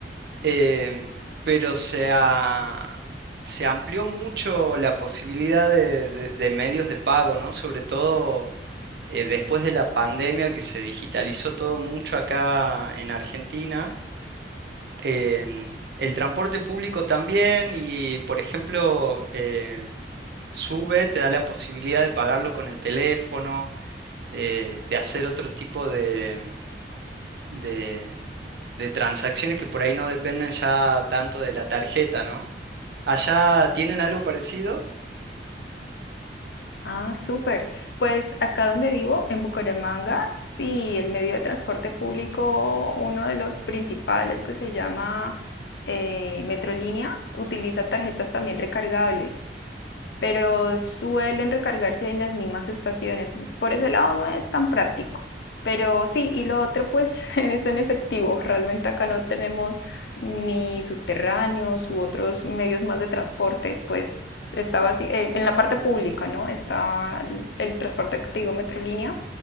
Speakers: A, on the right; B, on the left.
A: em, pero se, a- se amplió mucho la posibilidad de, de- de medios de pago, ¿no? Sobre todo eh, después de la pandemia que se digitalizó todo mucho acá en Argentina en el transporte público también y, por ejemplo, eh, Sube te da la posibilidad de pagarlo con el teléfono, eh, de hacer otro tipo de, de- de transacciones que por ahí no dependen ya tanto de la tarjeta, ¿no? ¿Allá tienen algo parecido?
B: Ah, súper. Pues acá donde vivo, en Bucaramanga, sí, el medio de transporte público, uno de los principales que se llama eh, Metrolínea, utiliza tarjetas también recargables. pero suelen recargarse en las mismas estaciones. Por ese lado no es tan práctico. Pero sí, y lo otro pues <laughs> es en efectivo. Realmente acá no tenemos ni subterráneos u otros medios más de transporte, pues está basi- eh, en la parte pública, ¿no? Está el, el transporte activo Metrolínea